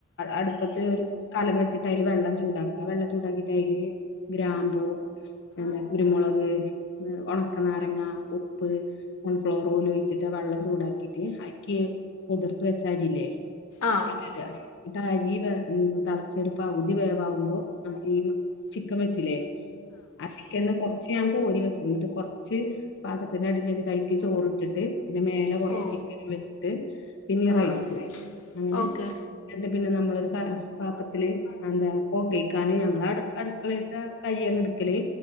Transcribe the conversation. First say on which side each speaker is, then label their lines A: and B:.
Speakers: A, on the left; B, on the left.
A: അടുപ്പത്തെ ഒരു കലം വെച്ചിട്ട് അല് വെള്ളം ചൂടാക്കുക വെള്ളം ചൂടാക്കിട്ട അല് ഗ്രാമ്പൂ എന്താ കുരുമുളക് ഉണക്കനാരങ്ങ ഉപ്പ് സൺഫ്ലവർ ഓയിൽ ഒഴിച്ചിട്ട് ആ വെള്ളം ചൂടാക്കിട്ട് ആക്കി കുതിർത്തു വെച്ച അരിയില്ലേ
B: ആ
A: ഇട്ടിട്ട് അരി തളച്ചെരുപ്പ പകുതി വേവാകുമ്പോ നമ്മ ഈ ചിക്കൻ വെച്ചില്ലേ ആ ചിക്കൻന്ന് കൊറച്ച് ഞാൻ കോരി വെക്കും എന്നിട്ട് കൊറച്ച് പാത്രത്തിന്റെ അടിൽ വെച്ചിട്ട്ആയിലേക് കൊറച് ചോറിട്ടിട്ട് പിന്നെ മേലെ കുറച്ച്
B: ഓ
A: ചിക്കൻ വെച്ചിട്ട് പിന്നെ ഈ
B: ആ
A: റൈസ്
B: ആ
A: ഇടും അങ്ങനെ
B: ഓക്കെ
A: എന്നട്ട് പിന്നെ നമ്മളരു പാത്രത്തില് എന്താ പോ കേക്കാന് ഞങ്ങൾ അഡ് അഡ് മക്കളിയത്ത കയ്യന്ന എടുക്കല്